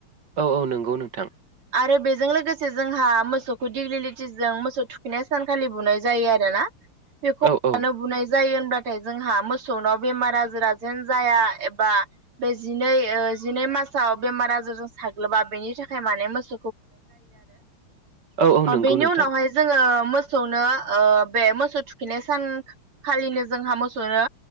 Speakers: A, on the right; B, on the right.
A: औ औ नंगौ नोंथां
B: आरो बेजों लोगोसे जोंहा मोसौखौ दिग्लिलिथिजों मोसौ थुखैनाय सानखालि बुनाय जायो आरोना बेखौ
A: औ औ
B: मानो बुनाय जायो होनबाथाय जोंहा मोसौनाव बेमार आजारा जेन जाया एबा बे जिनै ओ जिनै मास
A: औ औ नंगौ
B: बेनि
A: नोंथां
B: उनावहाय जोङो मोसौनो ओ बे मोसौ थुखैनाय सानखालिनो जोंहा मोसौनो